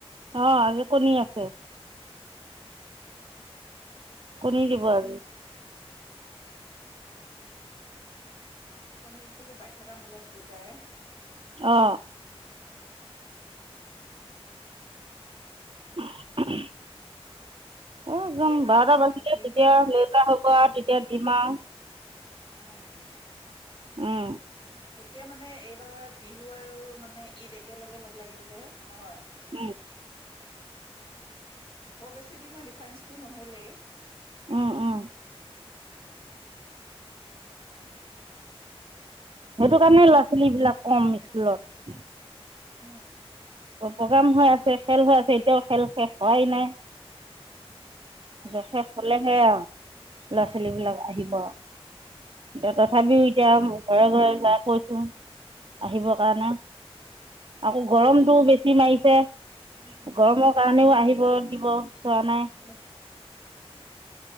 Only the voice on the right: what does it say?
অ' আজি কণী আছে, কণী দিব আজি।
অ <unintelligible> অ' যাম
বাৰটা
বাজিলে
তেতিয়া <unintelligible> হ'ব আৰু তেতিয়া ইমান
উম
উম!
উম উম!
সেইটো কাৰণে ল'ৰা ছোৱালীবিলাক কম স্কুলত
প্ৰগেম হৈ আছে, খেল হৈ আছে এতিয়াও খেল শেষ হোৱাই নাই
খেল শেষ হলেহে আৰু ল'ৰা ছোৱালী বিলাক আহিব আৰু এতিয়া তথাপিও এতিয়া ঘৰে ঘৰে যাই কৈছো আহিবৰ কাৰণে আকৌ
গৰম বেছি মাৰিছে
গৰমৰ কাৰণেও আহি আহিব। দিব চোৱা নাই